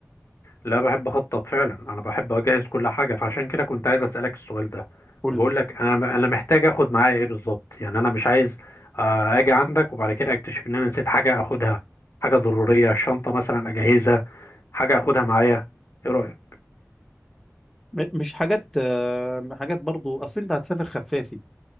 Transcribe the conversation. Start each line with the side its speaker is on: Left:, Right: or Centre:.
Left: لا بحب اخطط فعلا انا بحب اجهز كل حاجه فعشان كده كنت عايز اسالك السؤال ده
Centre: قول
Left: بقول
Centre: لي
Left: لك انا انا محتاج اخد معايا ايه بالظبط يعني انا مش عايز آه، اجي عندك وبعد كده اكتشف ان انا نسيت حاجه اخدها حاجه ضروريه شنطه مثلا اجهزها حاجه اخدها معايا ايه رايك
Centre: م- مش حاجات آه، حاجات برضو اصل انت هتسافر خفافي